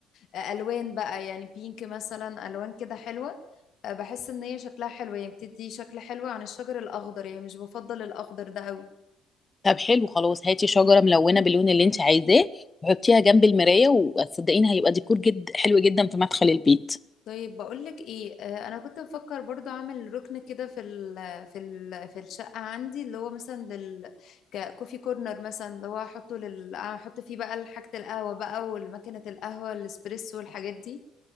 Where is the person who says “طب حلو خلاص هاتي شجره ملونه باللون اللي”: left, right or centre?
Left